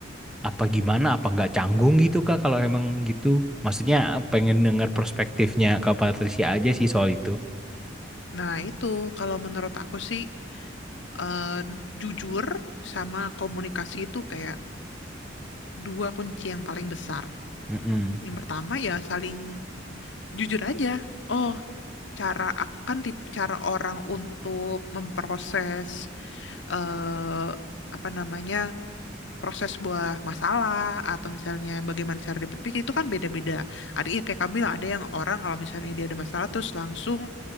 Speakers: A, in the centre; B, on the left.
A: apa gimana? Apa nggak canggung gitu Kak kalau emang gitu? Maksudnya pengen dengar perspektifnya Kak Patricia aja sih soal itu.
B: Nah, itu kalau menurut aku sih eh, jujur sama komunikasi itu kayak dua kunci yang paling besar.
A: Mm-mm.
B: Yang pertama ya saling jujur aja. Oh, cara aku kan tipe cara orang untuk memproses eh apa namanya proses buah masalah atau misalnya bagaimana cara dia berpikir itu kan beda-beda. Ada ya kayak kamu bilang ada yang orang kalau misalnya dia ada masalah terus langsung